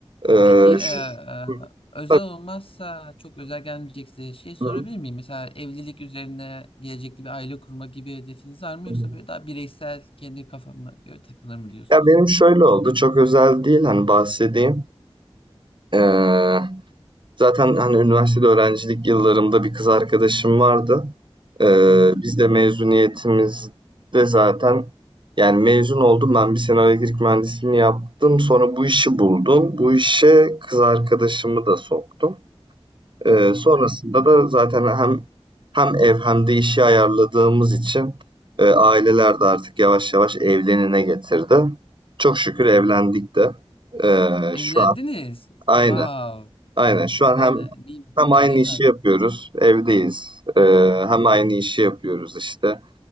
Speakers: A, on the right; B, on the left.
A: E,
B: Peki e, e,
A: şu-
B: özel
A: tabii,
B: olmazsa çok özel gelmeyecekse şey sorabilir
A: tabii.
B: miyim? Mesela evlilik üzerine gelecekte bir aile kurma gibi hedefiniz var mı
A: tabii.
B: yoksa böyle daha bireysel kendi kafama göre takılır mı diyorsunuz?
A: Ya benim şöyle oldu, çok özel değil hani bahsedeyim. Ee, zaten hani üniversitede öğrencilik yıllarımda bir kız arkadaşım vardı. Ee,
B: Hı hı.
A: biz de mezuniyetimizde zaten yani mezun oldum ben bir sene elektrik mühendisliğini yaptım. Sonra bu işi buldum. Bu işe kız arkadaşımı da soktum. Ee,
B: Hı
A: sonrasında
B: hı.
A: da zaten hem hem ev hem de işi ayarladığımız için e, aileler de artık yavaş yavaş evlenine getirdi. Çok şükür evlendik de. Ee,
B: Evlendiniz.
A: şu an aynen
B: Wow.
A: aynen şu an
B: Yani
A: hem
B: bir
A: hem
B: ne
A: aynı
B: kadar
A: işi
B: güzel.
A: yapıyoruz evdeyiz Ee,
B: Yani
A: hem aynı işi yapıyoruz işte.